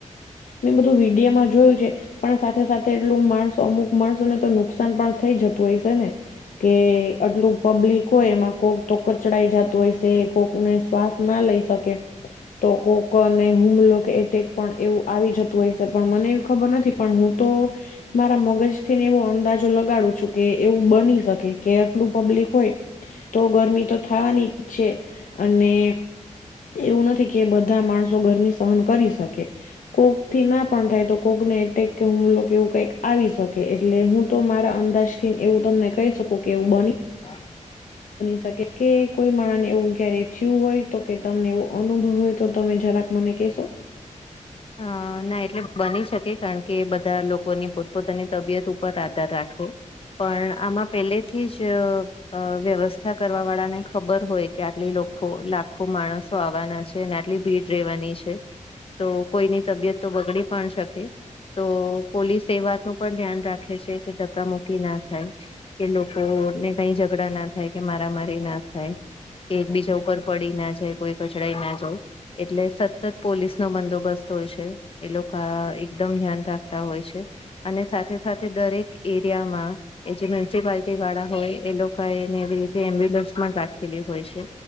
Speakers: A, on the left; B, on the left.
A: મેં બધું વિડિયો માં જોયું છે પણ સાથે સાથે એટલું માણસો અમુક માણસો ને તો નુકસાન પણ થઈ જતું હોય સે ને. કે આટલું પબ્લિક હોય એમાં કોક તો કચડાઈ જતું હોય સે કોક ને શ્વાસ ના લઈ શકે તો કોકોને હુમલો કે એટેક પણ એવું આવી જતું હોય સે પણ મને એવી ખબર નથી પણ હું તો મારા મગજ થી ને એવો અંદાજો લગાડું છું કે એવું બની શકે કે આટલું પબ્લિક હોય તો ગરમી તો થવાની જ છે. અને એવું નથી કે બધાં માણસો ગરમી સહન કરી શકે. કોક થી ના પણ થાય તો કોકને એટેક કે હુમલો એવું કંઈક આવી શકે એટલે હું તો મારાં અંદાજ થી એવું તમને કહીં શકુ કે એવું બની
B: <inaudible>
A: બની શકે કે કોઈ માણહ ને એવું ઘેરે થયું હોય તો કે તમને એવો અનુભવ હોય તો તમે જરાક મને કેશો?
B: હા. ના, એટલે બની શકે કારણ કે એ બધાં લોકોની પોતપોતાની તબિયત ઉપર આધાર રાખે. પણ આમા પેલેથી જ અ વ્યવસ્થા કરવા વાળા ને ખબર હોય કે આટલી લોકો લાખો માણસ <unintelligible> આવવાના છે. ને આટલી ભીડ રહેવાની છે. તો કોઈની તબિયત તો બગડી પણ શકે. તો પોલીસ એ વાતનું પણ ધ્યાન રાખે છે કે ધક્કા મુક્કી ના થાય. એ લોકો ને કંઈ ઝઘડા ના થાય કે મારા મારી ના થાય કે એકબીજા ઉપર પડી ના જાય કોઈ કચડાઈ ના જાય એટલે સતત પોલીસ નો બંદોબસ્ત હોય છે. એ લોકો આ એકદમ ધ્યાન રાખતા હોય છે. અને સાથે સાથે દરેક એરિયામાં એ જે <unintelligible> જે પાલટી વાળા હોય એ લોકો એને એવી રીતે એમ્બ્યુલન્સ પણ રાખેલી હોય છે.